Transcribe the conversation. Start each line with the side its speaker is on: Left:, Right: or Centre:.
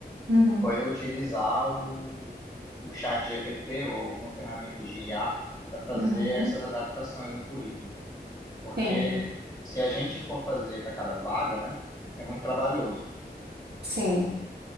Right: Uhum,
Left: foi eu utilizar o, o chat GPT ou uma ferramenta de IA para fazer
Right: uhum.
Left: essas adaptações no currículo. Porque
Right: Sim,
Left: se a gente for fazer para cada vaga, né, é muito trabalhoso.
Right: sim,